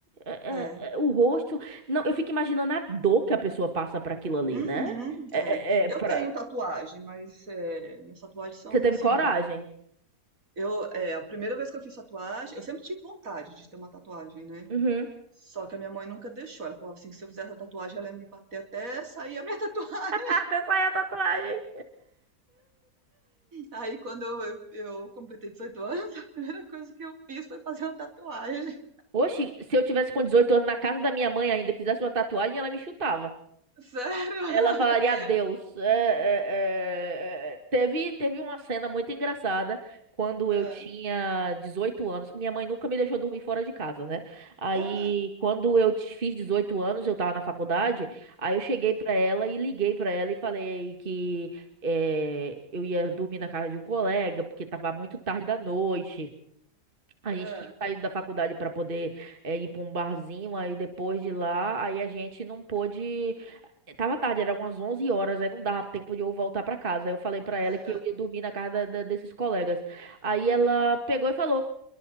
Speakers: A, on the right; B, on the right.
A: É-
B: É.
A: é- é, o rosto. Não, eu fico imaginando a dor que a pessoa passa pra aquilo ali,
B: Uhum,
A: né? É,
B: é.
A: é, é
B: Eu
A: pra...
B: tenho tatuagem, mas é, minhas tatuagens são
A: Você teve
B: assim.
A: coragem.
B: Eu, é, a primeira vez que eu fiz tatuagem, eu sempre tive vontade de ter uma tatuagem, né?
A: Uhum.
B: Só que a minha mãe nunca deixou. Ela falava assim, que se eu fizesse a tatuagem, ela ia me bater até sair a minha <laughs> tatuagem.
A: Até sair a tatuagem.
B: Aí quando eu, eu eu completei 18 anos, <laughs> a primeira coisa que eu fiz foi fazer uma tatuagem.
A: Oxi, se eu tivesse com 18 anos na casa da minha mãe ainda, e fizesse uma tatuagem, ela me chutava.
B: Sério? <laughs>
A: Ela falaria adeus. É, é, é, é. Teve,
B: Hum.
A: teve uma cena muito engraçada quando
B: ah
A: eu tinha 18 anos. Minha mãe nunca me deixou dormir fora de casa, né? Aí,
B: ah
A: quando eu t- fiz 18 anos, eu tava na faculdade. Aí eu cheguei
B: hum,
A: pra ela e liguei pra ela e falei que é, eu ia dormir na casa de um colega, porque tava muito tarde
B: uhum,
A: da noite. A gente
B: hã,
A: tinha saído da faculdade para poder é, ir para um barzinho, aí depois de lá, aí a gente não pôde. Tava tarde, era umas 11 horas, aí não dava tempo de eu voltar pra casa. Eu falei pra ela
B: aham,
A: que eu ia dormir na casa da- da- desses colegas. Aí ela pegou e falou: